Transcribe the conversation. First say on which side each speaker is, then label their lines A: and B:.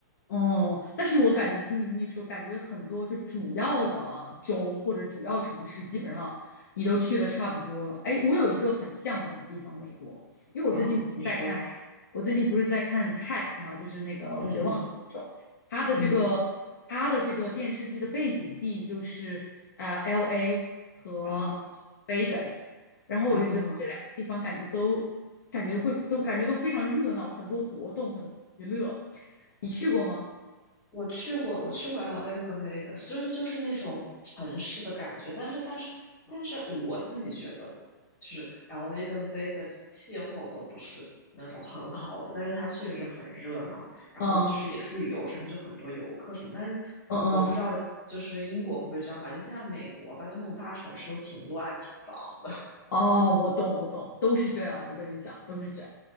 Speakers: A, on the left; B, on the left.
A: 哦。但是我感觉听你这么一说，感觉很多就主要的州或者主要城市，基本上你都去的差不多了。哎，我有一个很向往的地方，美国，因为我最近不是在看，
B: 嗯，你说，
A: 我最近不是在看《Hack》嘛，就是那个《绝望》。
B: 嗯嗯
A: 它的这个它的这个电视剧的背景地就是呃
B: 嗯，
A: LA 和
B: 啊
A: Vegas，然后我就觉得这两个地方感觉都感觉会都感觉都非常热闹，
B: 啊，
A: 很多活动，很多娱乐。你去过吗？
B: 我去过，我去过 LA 和 Vegas，就是就是那种城市的感觉，但是但是但是我自己觉得，就是 LA 跟 Vegas 气候都不是那种很好的，但是它确实很热闹，然后就是也是旅游城，
A: 嗯
B: 市，就很多游客什么，但是我不知道就是英国会不会这样，
A: 嗯嗯，
B: 反正现在美国吧，就那种大城市都挺乱挺脏的。
A: 哦，我懂我懂，都是这样，我跟你讲，都是这样。